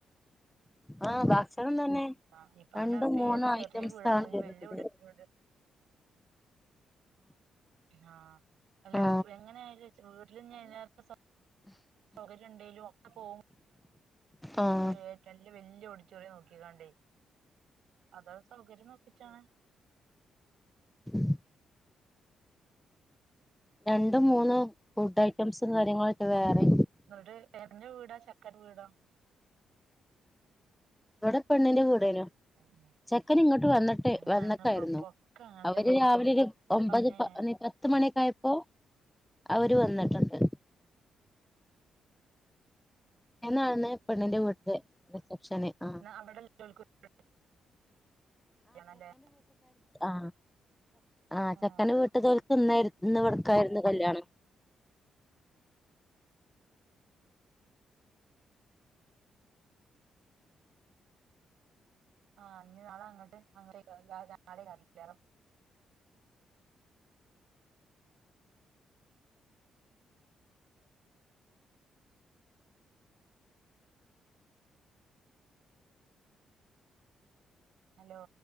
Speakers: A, in the centre; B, on the right.
A: ആഹ് ഭക്ഷണം തന്നെ
B: ആ ഇപ്പൻ്റെകണക്ക്
A: രണ്ടും മൂന്നും
B: ഏത്
A: ഐറ്റംസ്
B: ചെറിയ വീടാണെങ്കിലും
A: ആണ് വരുന്നത്
B: വല്ല്യ ഓടിറ്റോറിയാ <unintelligible> ആഹ അല്ല
A: ആ
B: എങ്ങന വീട്ടില് <unintelligible>
A: ഉ <inaudible>
B: സൗകര്യ ഉണ്ടെലുഒക്കെ പോവും
A: ആഹ്
B: ച്ചെറിയ ഏറ്റവും വല്ല വലിയ ഓടിറ്റോറിയം യ നോക്കിക്കാണ്ടേ അതുള്ള സൗകര്യം നോക്കിട്ടാണ്
A: ഉ <inaudible> രണ്ടും മൂന്നും ഫുഡ് ഐറ്റംസും കാര്യങ്ങളൊക്കെ വേറെ
B: ന്നിട്ട് പെണ്ണിന്റെ വീടോ ചെക്കന്റെ വീടോ
A: എവിടെ പെണ്ണിന്റെ വീടെനും
B: ഉം ഉം
A: ചെക്കൻ ഇങ്ങോട്ട് വന്നിട്ട്
B: അന്നാണ്
A: വന്നക്കായിരുന്നു
B: ഇപ്പൊ ഇപ്പൊക്കെ അങ്ങനെ
A: അവര്
B: തന്നെ ഇപ്പ
A: രാവിലെ ഒരു ഒമ്പത്
B: ഏഹ്
A: പത്ത് മണിക്കായപ്പോ അവര് വന്നിട്ടുണ്ട് ഇന്നാണ് പെണ്ണിന്റെ വീട്ടിലെ റിസപ്ഷന് ആഹ്
B: എന്ന അവിടെല്ല <unintelligible> അല്ലേ
A: ആ ആ ചെക്കന
B: ആഹ്
A: വീട്ടു
B: ആഹ്
A: തോൽക്ക് ഇന്നായിരുന്നു ഇന്ന് ഇവടക്കായിരുന്നു കല്യാണം
B: ആഹ് ഇഞ്ഞി നാള അങ്ങട്ട് അങ്ങട്ടേക്കാരം നാളെ കല്യാണം ഹലോ